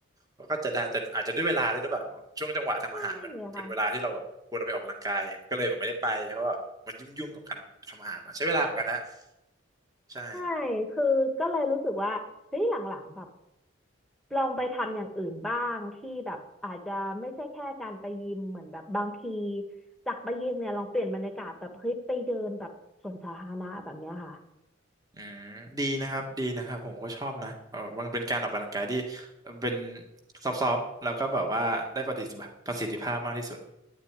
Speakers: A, on the right; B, in the centre.
A: ก็ก็จะได้แต่อาจจะด้วยเวลาด้วยหรือเปล่าช่วงจังหวะทำอาหารมันเป็นเวลาที่เราแบบควรเอาไปออกกำลังกายก็เลยแบบไม่ได้ไปเพราะว่ามันยุ่งยุ่งกับการทำอาหารเนอะใช้เวลาเหมือนกันนะ
B: <laughs> ใช่อะค่ะ
A: ใช่
B: ใช่คือก็เลยรู้สึกว่าเฮ้ยหลังๆแบบลองไปทำอย่างอื่นบ้างที่แบบอาจจะไม่ใช่แค่การไปยิมเหมือนแบบบางทีจากไปยิมเนี่ยลองเปลี่ยนบรรยากาศแบบเฮ้ยไปเดินแบบสวนสาธารณะแบบเนี้ยค่ะ
A: อืมดีนะครับดีนะครับผมก็ชอบนะเออมันเป็นการออกกำลังกายที่เป็นซอฟต์ๆแล้วก็แบบว่าได้ประสิทธิภาพประสิทธิภาพมากที่สุด